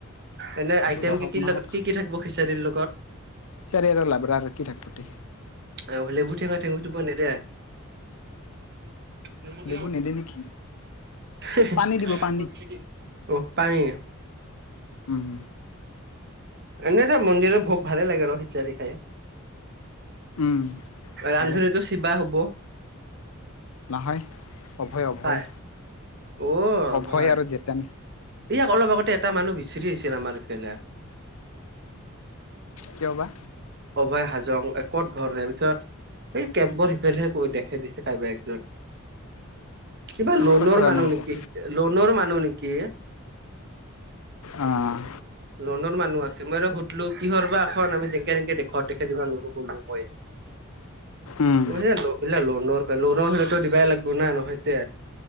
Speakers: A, on the right; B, on the left.
A: এনে আইটেম
B: পূজা
A: কি
B: হওক
A: কি
B: নাহওক।
A: লগত, কি কি থাকিব খিচাৰীৰ লগত?
B: চাৰি আৰু লাবৰা আৰ কি থাক। <unintelligible>
A: আৰু হলে <unintelligible> নেদে।
B: <inaudible>
A: নেমু টেঙা
B: লেবু নিদে নেকি?
A: <unintelligible>
B: পানী দিব পানী
A: অ', <unintelligible>
B: উম।
A: এনেই দে মন্দিৰৰ ভোগ ভালে লাগে, খিচাৰী খাই।
B: উম ভালে
A: ৰান্ধনীতো শিৱা হ'ব।
B: নহয় অভয় অভয়
A: পাই অ
B: অভয়
A: হয়
B: আৰু জেতেন।
A: ইয়াক অলপ আগতে এটা মানুহ বিচাৰি আহিছিল আমাৰ ইফালে।
B: কিয় বা?
A: অভয় হাজং ক'ত ঘৰ? তাৰ পিছত এই কেম্পৰ সিফালহে কৈ দেখে দিছে কাইবা একজন। কিবা লোনৰ
B: খুচৰা
A: মানুহ
B: নাই
A: নেকি,
B: পোৱা।
A: লোনৰ মানুহ নেকি?
B: অ'
A: লোনৰ মানুহ আছে, মই আৰু লো কিহৰ বা এখন আমি যেনকে তেনকে <unintelligible> কৰিলো মই।
B: উম।
A: <unintelligible> দিবাই লাগিব নাই। নহয়তে